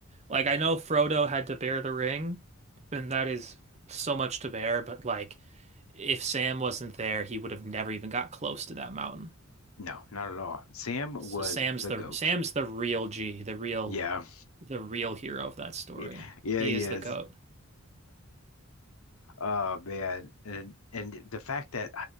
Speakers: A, on the right; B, on the left.
A: like I know Frodo had to bear the ring, and that is so much to bear, but like if Sam wasn't there, he would have never even got close to that mountain.
B: No, not at all. Sam was
A: So Sam's
B: the
A: the
B: goat.
A: Sam's the real G, the real
B: Yeah.
A: the real hero of that story.
B: <laughs> Yeah,
A: He
B: he
A: is
B: is.
A: the goat.
B: Oh man, and and the fact that